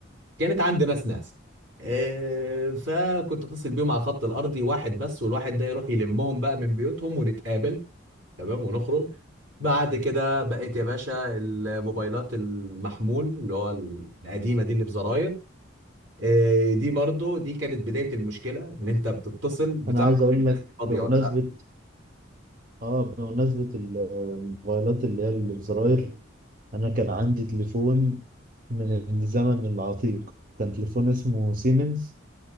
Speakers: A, on the right; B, on the right.
A: كانت عند ناس ناس آه، فكنت اتصل بيهم على الخط الارضي واحد بس والواحد ده يروح يلمهم بقى من بيوتهم ونتقابل تمام ونخرج بعد كده بقت يا باشا الموبايلات المحمول اللي هو القديمه دي اللي بزراير آه، دي برضو دي كانت بدايه المشكله ان انت بتتصل بتعرف
B: انا عايز اقول
A: الناس
B: لك
A: دي فاضيه
B: بمناسبة
A: ولا لا
B: اه بمناسبة الموبايلات اللي هي اللي بزراير انا كان عندي تليفون من الزمن العتيق كان تليفون اسمه سيمنز